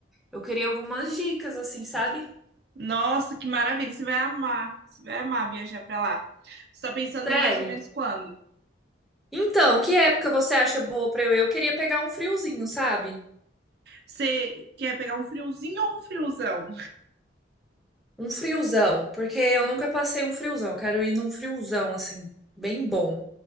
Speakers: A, in the centre; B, on the right.
A: eu queria algumas dicas assim, sabe?
B: Nossa, que maravilha! Você vai amar. Você vai amar viajar pra lá. Você tá pensando
A: Sério.
B: em mais ou menos quando?
A: Então, que época você acha boa para eu ir? Eu queria pegar um friozinho, sabe?
B: Você quer pegar um friozinho ou um friozão?
A: Um friozão, porque eu nunca passei um friozão. Eu Quero ir num friozão assim, bem bom.